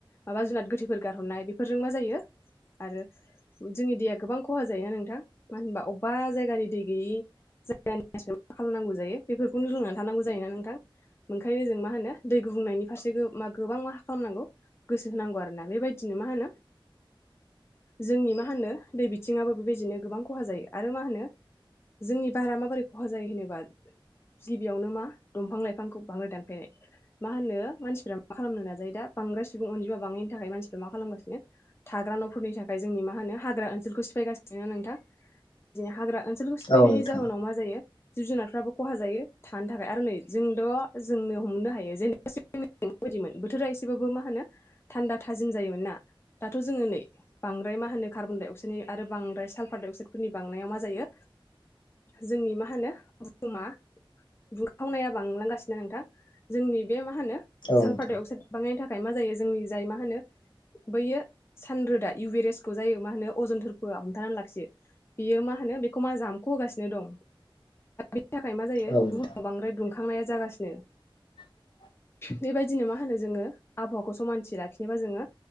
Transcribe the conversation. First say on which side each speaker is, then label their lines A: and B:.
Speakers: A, on the left; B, on the left.
A: माबा जुनाद गोथैफोर गारहरनाय बेफोरजों मा जायो आरो जोंनि दैया गोबां खहा जायोना नोंथां मा होनबा अबेबा जायगानि दै गैयि जायगानि <unintelligible> मा खालामनांगौ जायो बेफोरखौनो लोंनानै थानांगौ जायोना नोंथां ओंखायनो जों मा होनो दै गुबुंनायनि फारसे गो मा गोबां मा खालामनांगौ गोसो होनांगौ आरोना बेबायदिनो मा होनो जोंनि मा होनो दै बिथिङाबो बेबायदिनो गोबां खहा जायो आरो मा होनो जोंनि बारा माबोरै खहा जायो होनोबा
B: <inaudible>
A: गिबियावनो मा दंफां लाइफांखौ बांद्राय दानफायनाय मा होनो मानसिफ्रा मा खालामनो नाजायो दा बां सुबुं अनजिमा बांनायनि थाखाय मानसिफोरा मा खालामगासिनो थाग्रा न'फोरनि थाखाय जोंनि मा होनो हाग्रा ओनसोलखौ सिफायगासिनो नोंथां दिनै हाग्रा ओनसोलखौ सिफायनायनि
B: औ नोंथां
A: जाहोनाव मा जायो जिब जुनारफ्राबो खहा जायो थानो थाखाय आरो नै जोंद'' जोंनो हमनो हायो जेने <unintelligible> मोन बोथोरा एसेबाबो मा होनो थान्दा थाजिम जायोमोन ना दाथ' जोङो नै बां द्राय मा होनो कार्बनडाइ अक्साइडनि आरो बांद्राय साल्फार डाइअक्साइडफोरनि बांनायाव मा जायो जोंनि मा होनो भुमा दुंखावनाया बांलांगासिनो नोंथां जोंनि बे मा होनो
B: औ
A: साल्फारडाइ
B: नोंथां
A: अक्साइद बांनायनि थाखाय मा जायो जोंनि जाय मा होनो बैयो सान रोदा इउ भे रेसखौ जायो मा होनो अजन थोरफोआ हमथानानै लाखियो। बियो मा होनो बेखौ मा जामख' होगासिनो दं। बेनि थाखाय मा जायो
B: औ नोंथां
A: बुहुमाव बांद्राय दुंखांनाया जागासिनो।
B: <inaudible>
A: बेबायदिनो मा होनो जोङो आबहावाखौ समानथि लाखिनोबा जोङो।